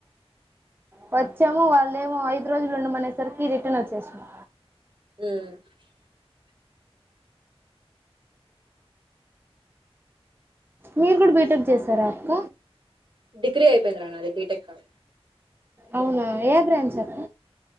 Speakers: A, on the right; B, on the right.
A: వచ్చాము వాళ్ళేమో ఐదు రోజులు ఉండమనేసరికి రిటర్న్ వచ్చేసాము.
B: హ్మ్
A: మీరు కూడా బీటెక్ చేసారా అక్క
B: డిగ్రీ అయిపోయింది రా నాది బీటెక్ కాదు
A: అవునా ఏ బ్రాంచ్ అక్క